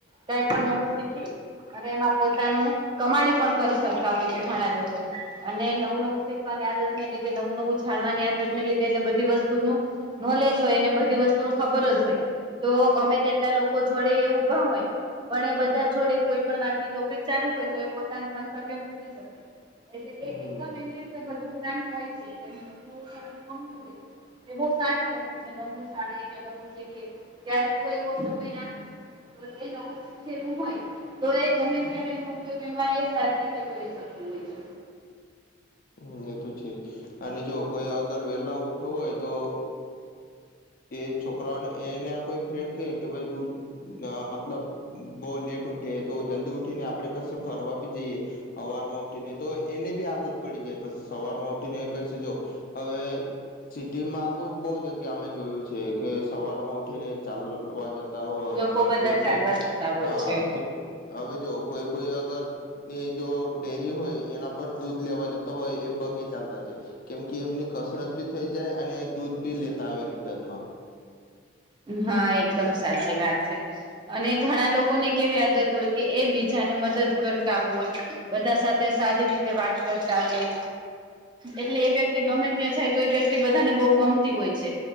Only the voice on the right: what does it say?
કઈ પણ નવું શીખી અને એમાં પોતાનું કમાણી પણ કરી શકતા હોય છે ઘણા લોકો અને નવું-નવું શેકવા ની આદત નથી એટલે કે નવું -નવું જ જાણવાની આદત ને લીધે એને બધી વસ્તુનું નોલેજ હોય એને બધી વસ્તુ નું ખબર જ હોય તો ગમે તેટલા લોકો જોડે એ ઉભા હોય પણ એ બધા જોડે કોઈ પણ વાતની ટોપિક ચાલુ હોય તો એ પોતાનું મંતવ્ય મૂકી શકે. એટલે
એ એકદમ એની અંદર બધું જ્ઞાન હોય છે એને નવું-નવું જાણવું ગમતું હોય છે એ બહ સારી વસ્તુ છે નવું જાણે કે નવું શેખે ત્યારે કોઈ એવો સમય આવે એ નવું શીખેલું હોય તો એ ગમે ત્યારે એનો ઉપયોગ એમાં એ સારી રીતે કરી શકતું હોય છે.
લોકો બધા
ચાલવા
જતા હોય
છે
ના એકદમ સાચી વાત છે. અને ઘણા લોકોને કેવી આદત હોય કે એ બીજાને મદદ કરતા હોય બધા સાથે સારી રીતે વાત કરતા હોય. એટલે એ વ્યક્તિ ગમે ત્યાં જાય તો એ વ્યક્તિ બધાને બહુ ગમતી હોય છે.